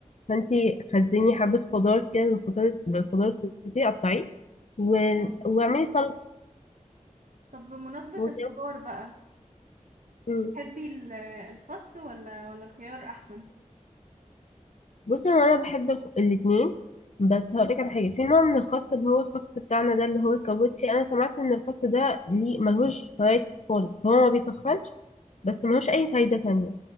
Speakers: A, on the left (about 60°); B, on the right (about 70°).
A: فانتي خزني حبة خضار كده للخضار للخضار السوتيه قطعيه و...
B: اه
A: واعملي سلطة
B: طب بمناسبة
A: وكده
B: الخضار بقى
A: مم.
B: تحبي ال- الخس ولا ولا الخيار احسن
A: بصي هو أنا بحب الخ- الاتنين بس هقولك على حاجة في نوع من الخس اللي هو الخس بتاعنا ده اللي هو الكابوتشي أنا سمعت إن الخس ده ليه ملهوش فوائد خالص هو ما بيتخنش بس ملهوش أي فايدة تانية